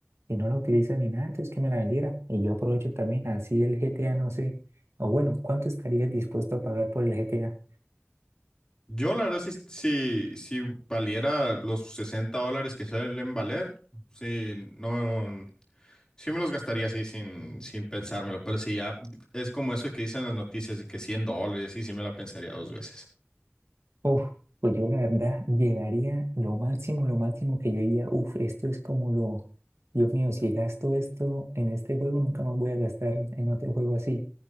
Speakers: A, on the right (about 90°); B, on the left (about 15°).
A: si no la utiliza ni nada, entonces que me la vendiera. Y yo aprovecho también, así el GTA no sé, o bueno, ¿cuánto estarías dispuesto a pagar por el GTA?
B: Yo, la verdad, si, si, si valiera los 60 dólares que suelen valer, sí, no, sí me los gastaría así sin, sin pensármelo, pero si ya es como eso que dicen las noticias de que 100 dólares, sí, sí me la pensaría dos veces,
A: Uf, pues yo la verdad llegaría lo máximo, lo máximo que yo diría, uf, esto es como lo, Dios mío, si gasto esto en este juego, nunca más voy a gastar en otro juego así.